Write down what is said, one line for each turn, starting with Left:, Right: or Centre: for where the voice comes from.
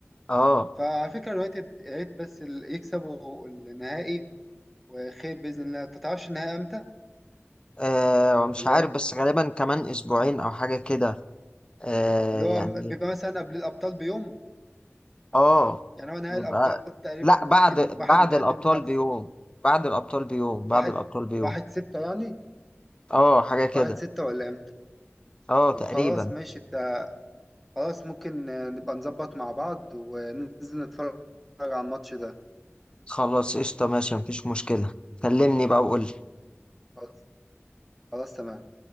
Left: اه
Centre: فعلى فكرة اليونايتد يا ريت بس ال- يكسبوا النهائي وخير بإذن الله انت تعرفش النهائي امتى
Left: آه، ومش
Centre: ولا
Left: عارف
Centre: ايه
Left: بس غالبا كمان اسبوعين او حاجة كده آه
Centre: اللي هو
Left: يعني
Centre: م- بيبقى مثلا قبل الأبطال بيوم
Left: اه
Centre: يعني هو نهائي
Left: يبقى
Centre: الأبطال تقريبا
Left: لا
Centre: ممكن
Left: بعد بعد
Centre: 31
Left: الابطال
Centre: 5
Left: بيوم بعد الابطال بيوم بعد
Centre: واحد
Left: الابطال بيوم
Centre: واحد ستة يعني
Left: اه حاجة كده
Centre: واحد ستة ولا امتى
Left: اه تقريبا
Centre: طب خلاص ماشي انت خلاص ممكن آه، نبقى نظبط مع بعض وننزل نتفرج على الماتش ده
Left: خلاص قشطة ماشي مفيش مشكلة كلمني بقى وقول
Centre: خلاص خلاص تمام